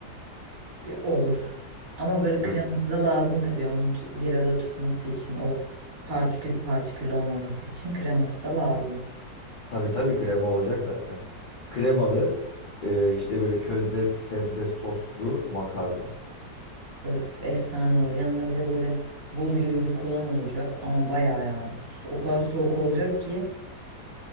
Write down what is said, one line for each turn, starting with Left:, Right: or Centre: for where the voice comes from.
Right: Ya, Olur. Ama böyle
Left: Böyle
Right: kreması da lazım tabii onu tu- bir arada tutması için o partikül partikül olmaması için kreması da lazım.
Left: tabii tabii krema olacak zaten. Kremalı e, işte böyle közde sebze soslu makarna.
Right: Öf efsane olur. Yanına bir de böyle buz gibi bir kolan olacak ama bayağı yani s- o kadar soğuk olacak ki.